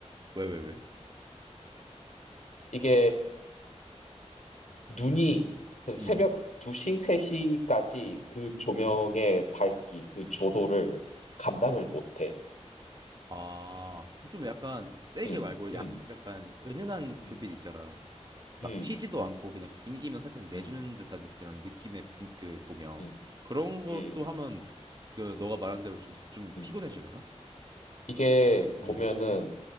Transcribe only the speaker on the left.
이게 눈이 그 새벽
2시, 3시까지 그 조명의 밝기, 그 조도를 감당을 못 해.
음,
음,
음,
음,
음,
음,
음,
음.
이게 보면은